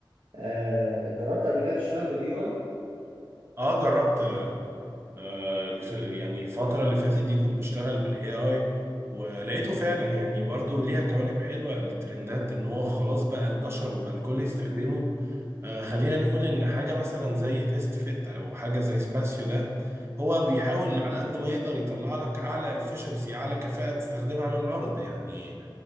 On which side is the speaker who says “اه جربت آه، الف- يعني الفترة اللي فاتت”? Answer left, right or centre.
Right